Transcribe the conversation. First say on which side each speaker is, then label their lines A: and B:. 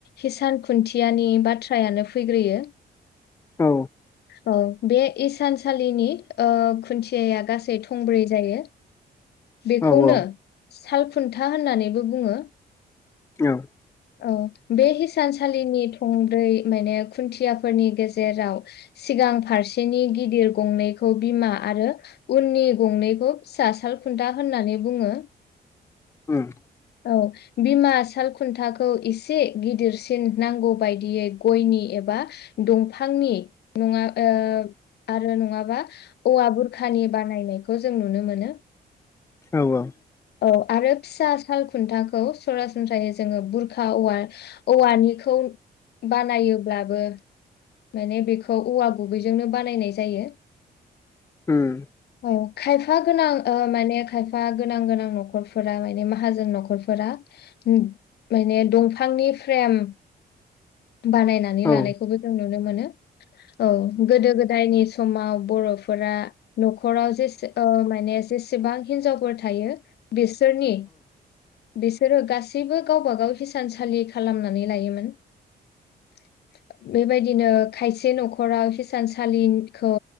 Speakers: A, on the left; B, on the left.
A: हिसान खुन्थियानि बाथ्रायानो फैग्रोयो।
B: औ
A: औ बे इसानसालिनि ओ खुन्थियाया गासै थंब्रै जायो बेखौनो
B: औ औ
A: सालखुन्था होननानैबो बुङो।
B: औ
A: औ बे हिसानसालिनि थंब्रै माने खुन्थियाफोरनि गेजेराव सि गां फारसेनि गिदिर गंनै खौ बिमा आरो उननि गंनैखौ फिसा साल खुन्था होननानै बुङो।
B: उम
A: औ बिमा साल खुन्थाखौ एसे गिदिरसिन नांगौ बायदियै गयनि एबा बा दंफांनि नङा ओ आरो नङाबा औवा बुरखानि बानायनायखौ जों नुनो मोनो।
B: औ औ।
A: औ आरो फिसा साल खुन्थाखौ सरासनस्रायै जोङो बुरखा औव-औवानिखौ बानायोब्लाबो माने बेखौ औवा गुबैजोंनो बानायनाय जायो।
B: ओम।
A: औ खायफा गोनां ओ माने खायफा गोनां गोनां न'खरफोरा माने माहाजोन न'खरफोरा उम माने दंफांनि फ्रेम बानायनानै लानायखौबो
B: औ
A: जों नुनो मोनो। औ गोदो गोदायनि समाव बर'फोरा न'खराव जेसे ओ माने जेसेबां हिन्जावफोर थायो बिसोरनि बिसोरो गासैबो गावबा गाव हिसानसालि खालामनानै लायोमोन। <inaudible> बेबायदिनो खायसे न'खराव हिसानसालिखौ